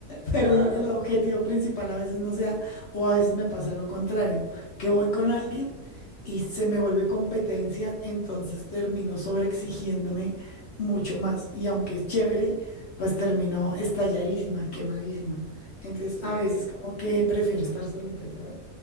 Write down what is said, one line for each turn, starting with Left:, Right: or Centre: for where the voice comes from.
Left: pero
Right: claro.
Left: el, el objetivo principal a veces no sea, o a veces me pasa lo contrario, que voy con alguien y se me vuelve competencia, entonces termino sobreexigiéndome mucho
Right: Mm,
Left: más. Y aunque es chévere, pues termino estalladísima, quemadísima. Entonces
Right: Sí,
Left: a veces como que prefiero estar solita, ¿sabes?